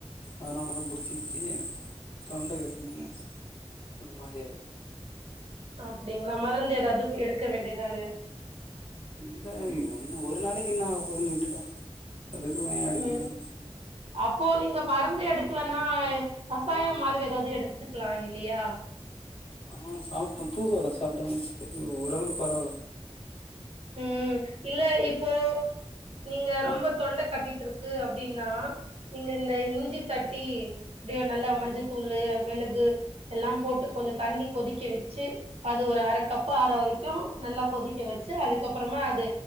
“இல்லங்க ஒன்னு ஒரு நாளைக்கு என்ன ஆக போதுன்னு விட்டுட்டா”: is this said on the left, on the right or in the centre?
Left